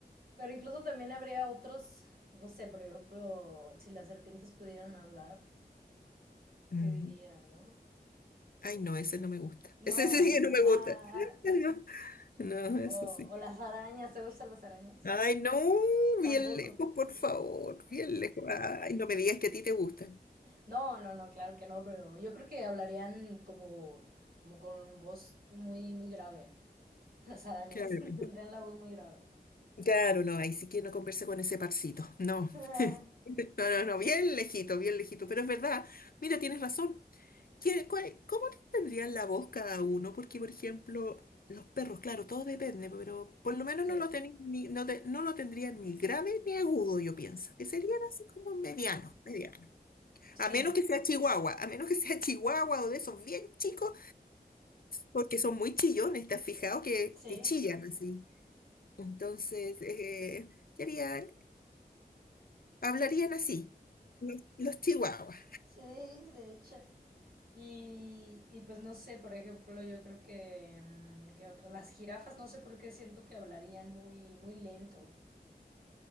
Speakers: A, on the right; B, on the left.
A: pero incluso también habría otros, no sé, por ejemplo, si las serpientes pudieran hablar,
B: Mm.
A: ¿qué diría, no? Sí.
B: Ay, no, ese no me gusta.
A: No,
B: <laughs> Ese sí
A: no.
B: que no
A: ah,
B: me gusta. <laughs>
A: ah, ca-
B: No, no, eso
A: o,
B: sí.
A: o las arañas, ¿te gustan las arañas?
B: Ay, no,
A: Tampoco.
B: bien lejos, por favor, bien lejos. Ay, no me digas que a ti te gusta.
A: No, no, no, claro que no, pero yo creo que hablarían como, como con voz muy, muy grave. Las arañas
B: Claro.
A: <laughs> tendrían la voz muy grave.
B: Claro, no, ahí sí que no conversa con ese parcito, no.
A: <laughs>
B: <laughs> No, no, no, bien lejito, bien lejito, pero es verdad, mira, tienes razón. ¿Qué- cuál- cómo tendrían la voz cada uno? Porque, por ejemplo, los perros, claro, todo depende, pero por lo menos
A: Sí.
B: no lo, tenéis ni, no, te- no lo tendrían ni grave ni agudo, yo pienso, que serían así como medianos, medianos.
A: Sí.
B: A menos que sea chihuahua, a menos que sea chihuahua o de esos bien chicos, porque son muy chillones, ¿te has fijado que,
A: Sí.
B: que chillan así? Entonces, eh, sería... Hablarían así, los, los chihuahuas.
A: Sí, de hecho. Y, y pues no sé, por ejemplo, yo creo que, mm, que otras, las jirafas, no sé por qué siento que hablarían muy, muy lento.